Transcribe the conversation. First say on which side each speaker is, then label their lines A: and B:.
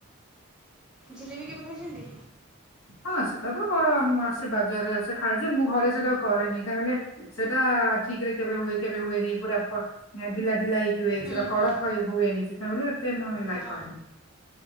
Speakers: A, in the centre; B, on the left.
A: ଜିଲେବି କେବେ ଖାଇଛନ୍ତି?
B: ହଁ ସେଇଟା ତ ମ ଆସେ ବାଜାରରେ ଆସେ ଖାଏ ଯେ ମୁଁ ଘରେ ସେଟା କରେନି କାହିଁକି କହିଲେ ସେଇଟା ଠିକରେ କେବେ ହୁଏ କେବେ ହୁଏନି ପୁରା ପ ଢିଲା ଢିଲା ହେଇକି ହୁଏ
A: ହୁଁ
B: ସେଇଟା କଡକ
A: ହୁଁ
B: ହୁଏନି ସେଥିପାଇଁ ବୋଲେ ତେବେ ମୁଁ ଆଉ ଲାଇକ୍
A: ହଁ
B: କରେନି।